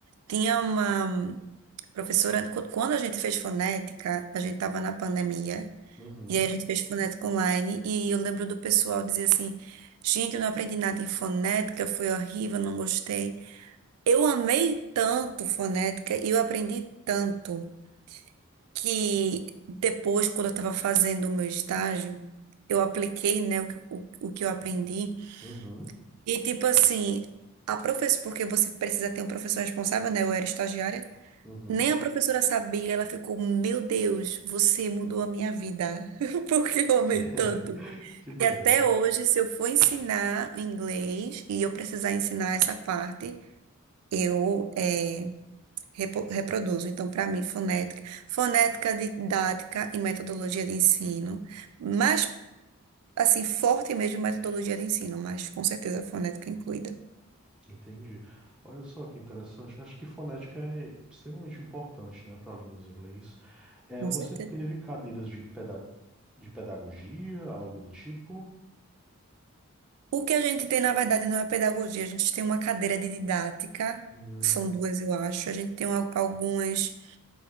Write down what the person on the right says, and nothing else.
Tinha uma professora, qu- quando a gente fez fonética, a gente tava na pandemia,
e aí a gente fez fonética online, e eu lembro do pessoal dizer assim: gente, eu não aprendi nada em fonética, foi horrível, não gostei. Eu amei tanto fonética e eu aprendi tanto que depois, quando eu estava fazendo o meu estágio, eu apliquei, né, o que, o, o que eu aprendi.
E tipo assim, a professora, porque você precisa ter um professor responsável, né? Eu era estagiária.
Nem a professora sabia, ela ficou, meu Deus, você mudou a minha vida, <laughs> porque eu amei
tanto.
E até hoje, se eu for ensinar inglês e eu precisar ensinar essa parte, eu eh, repo- reproduzo. Então, para mim, fonética, fonética didática e metodologia de ensino, mais assim, forte mesmo metodologia de ensino, mas com certeza fonética incluída.
Com
certeza.
O que a gente tem, na verdade, não é pedagogia, a gente tem uma cadeira de didática,
são duas, eu acho. A gente tem al- algumas